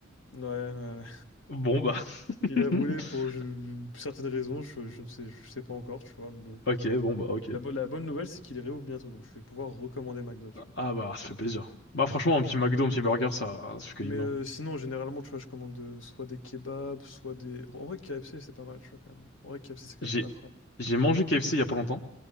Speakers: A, on the left; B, on the left.
A: Ouais, ouais.
B: Bon bah. <laughs>
A: il a brûlé pour je- certaines raisons, je, je ne sais, je sais pas encore, tu vois, mais bon.
B: Ok, bon bah, ok.
A: La, bo- la bonne nouvelle, c'est qu'il est réouvre bientôt, donc je vais pouvoir recommander McDo, tu vois.
B: Ah bah, ça fait plaisir. Bah franchement, un petit McDo, un petit burger, ça, ça fait que
A: Mais
B: du bien.
A: euh, sinon, généralement, tu vois, je commande euh, soit des kebabs, soit des... En vrai, KFC, c'est pas mal, tu vois, quand même. En vrai, KFC, c'est quand
B: J'ai,
A: même de la frappe.
B: j'ai mangé KFC il y a pas longtemps.